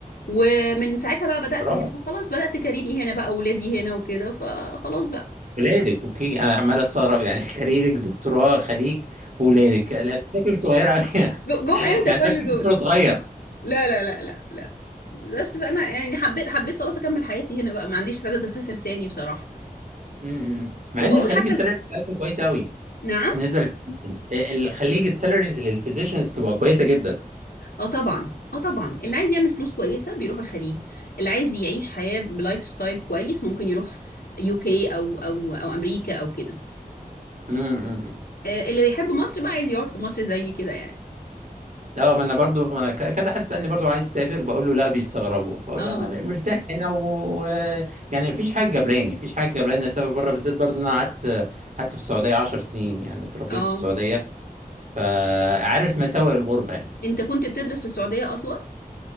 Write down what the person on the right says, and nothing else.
برافو
ولادك اوكي انا عمال استغرب يعني <laughs> كاريرك دكتوراه خليج ولادك لا بس شكلك صغير قوي <laughs>
يعني
شكلك
دكتور صغير امم
امم، امم. مع
ان الخليج
السالري
بتاعتهم كويس قوي
بالنسبه للفيزيشنز الخليج السالاريز للفيزيشنز تبقى كويسه جدا
امم
اه ما انا برضو ما انا ك- كذا حد سالني برضو عايز تسافر بقول له لا بيستغربوا فاقول
له انا م- مرتاح هنا و... و- يعني مفيش حاجه جبراني مفيش حاجه جبراني إني اسافر بره بالذات برضو ان انا قعدت قعدت في السعوديه 10 سنين يعني اتربيت
في السعوديه فعارف مساوئ الغربه يعني